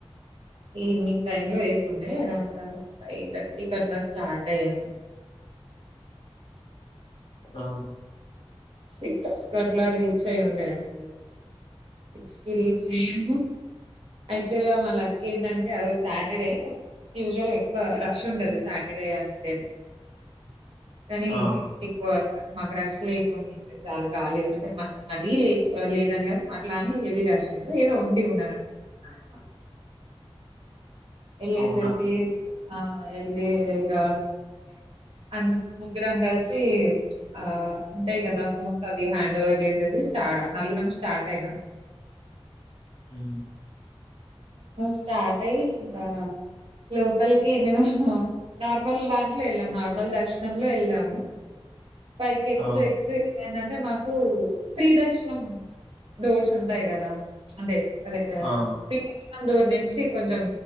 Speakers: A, on the right; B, on the left.
A: ఈవినింగ్ టైమ్ లో వేసిండే అరౌండ్ ఫైవ్ థర్టీ క అట్లా స్టార్ట్ అయ్యాము
B: ఆ
A: సిక్స్ క అట్లా రీచ్ అయ ఉండే అండి సిక్స్ కి రీచ్ అయ్యాము యాక్చువల్ గా మా లక్ ఏంటంటే ఆ రోజు సాటర్డే యూజువల్ ఎక్కువ రష్ ఉంటది సాటర్డే అంటేనే కానీ
B: ఆ
A: ఎక్కువ మాకు రష్ లేకుండా ఉండే చాలా కాలేదు అంటే మరీ లే లేదని కాదు అట్లానే ఏవి రాశ లేద ఏదో ఉండి ఉండనట్టుగా ఉంది అన్నమాట ఎళ
B: అవునా
A: చేసి ఆ ఎళకా అ ముగ్గురం కలిసి ఆ ఉంటాయి కదా ఫోన్స్ అవి హ్యాండ్ ఓవర్ చేసేసి స్టా నలుగురం స్టార్ట్ అయినాం
B: హ
A: స్టార్ట్ అయి ఇంకా లోపల్కిి మేము నార్మల్ దాంట్లో వెళ్ళాము నార్మల్ దర్శనంలో వెళ్ళాము పైకి ఎక్కుతూ
B: ఆ
A: ఎక్కుతూ ఏమైందంటే మాకు నాకు ప్రిదర్శనం డోర్స్ ఉంటాయి కదా అంటే అదే
B: ఆ
A: దర్శం డర్ నుంచి కొంచెం